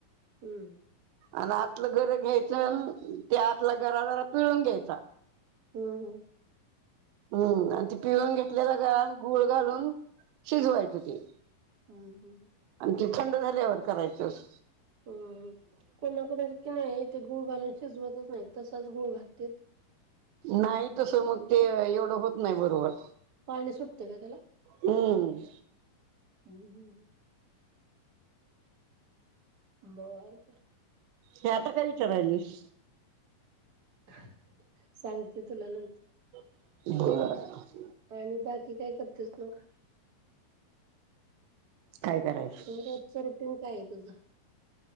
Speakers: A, on the right; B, on the right.
A: हम्म
B: आणि आतलं गर घ्यायचं त्या आतला गरा जरा पिळून घ्यायचा.
A: हम्म हम्
B: हम्म आणि ती पिळून घेतलेला गरा गूळ घालून शिजवायच ते
A: हम्म हम्म
B: आणि ते थंड झाल्यावर करायचस
A: हम्म कोणा कोणा च क नाहीय ते गुळ गल शिजवतच नाही तसाच गुळ घालते
B: नाही तस मग ते एवढं होत नाही बरोबर
A: पाणी सुटते का त्याला
B: हम
A: <unintelligible> बर बर.
B: हे आता काय विचारलैस
A: <unintelligible> सांगते तुला नंतर
B: बर
A: आणि बाकी काय करतेस मग
B: काय करायचं
A: रोजच रुटीन काय आहे तुझं?